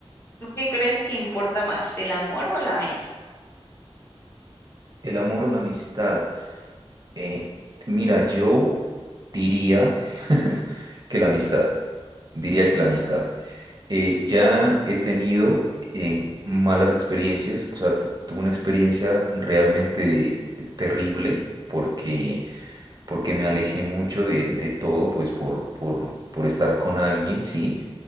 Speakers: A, on the left; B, on the right.
A: ¿tú qué crees que importa más, el amor o la amistad?
B: El amor o la amistad. eh, mira, yo diría <laughs> que la amistad. Diría que
A: Okay.
B: la amistad. Eh, ya he tenido eh, malas experiencias, o sea, tu- tuve una experiencia realmente terrible porque porque me alejé mucho de, de todo, pues por, por, por estar con alguien, ¿sí?